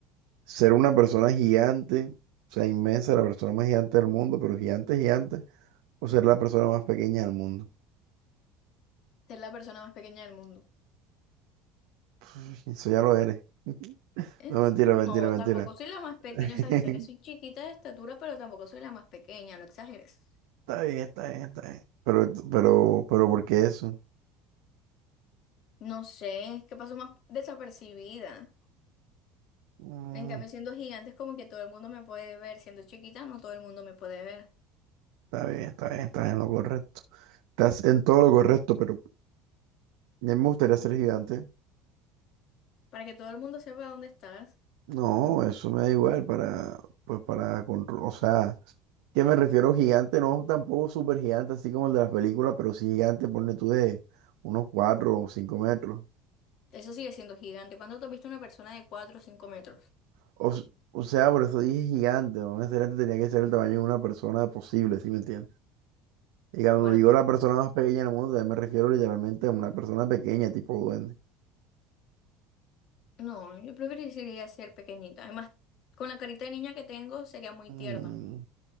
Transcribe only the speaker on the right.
¿Ser una persona gigante, o sea, inmensa, la persona más gigante del mundo, pero gigante, gigante, o ser la persona más pequeña del mundo?
<laughs> Eso ya lo eres.
No, mentira,
mentira, mentira.
<laughs>
Está bien, está bien, está bien. Pero, pero, pero, ¿por qué eso?
Mm,
está bien, está bien, está en lo correcto. Estás en todo lo correcto, pero a mí me gustaría ser gigante.
No, eso me da igual para, pues para, control, o sea, que me refiero gigante, no tampoco súper gigante, así como el de las películas, pero sí gigante, ponle tú de unos 4 o 5 metros.
O, s- o sea, por eso dije gigante, no necesariamente tenía que ser el tamaño de una persona posible, ¿sí me entiendes? Y cuando
digo la persona más pequeña del mundo, también me refiero literalmente a una persona pequeña, tipo duende.
Mm,